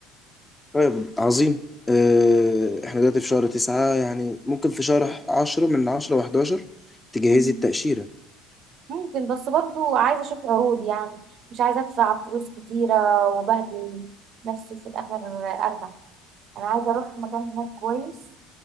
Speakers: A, on the left; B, on the right.
A: طيب عظيم آه، احنا دلوقتي في شهر تسعة يعني ممكن في شهر عشرة من عشرة وحداشر تجهزي
B: مم.
A: التأشيرة
B: ممكن بس برضو عايزة اشوف عروض يعني مش عايزة ادفع فلوس كتيرة وبهدل نفسي في الاخر ارجع انا عايزة اروح مكان هناك كويس